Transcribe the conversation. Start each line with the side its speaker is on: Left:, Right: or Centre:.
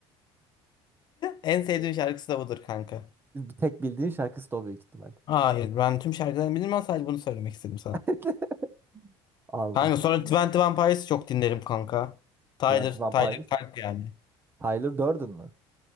Left: En sevdiğim şarkısı da budur kanka.
Right: Bir tek bildiğin şarkısı da o büyük ihtimal.
Left: Hayır ben tüm şarkılarını bilmem sadece bunu söylemek istedim sana.
Right: <laughs> Allah.
Left: Kanka sonra Twenty One Pilots'ı çok dinlerim kanka. Tyler,
Right: Twenty One
Left: Tyler
Right: Pilots.
Left: Kalp yani.
Right: Tyler Durden mı?